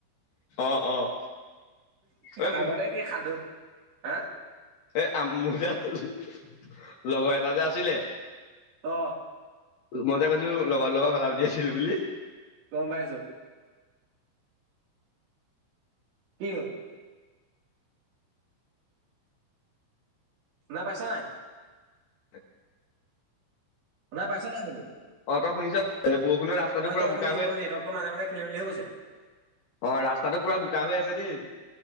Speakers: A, on the left (about 65°); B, on the right (about 60°).
A: অ', অ', এই
B: আগতে সে সাধু হা
A: এ আ মোৰ যে লগৰ এটা যে আছিলে
B: অ'।
A: মই যে কৈছিলো লগৰ লগত কথা পতি আছিলো বুলি
B: গম পাইছো কি হল? নাই পাইছা নাই?
A: <inaudible>
B: শুনা নাই পাইছো নাই বোলো?
A: অ', তই শুনিছ বৰষুণৰ ৰাস্তাটো
B: অ' এতিয়া
A: পুৰা বোকা
B: শুনি
A: হৈ
B: যোৰত নেটৱৰ্কৰ মাজে মাজে খেলি মেলি হৈ কৈছে।
A: অ' ৰাস্তাটো পুৰা বোকা হৈ আছে দেই।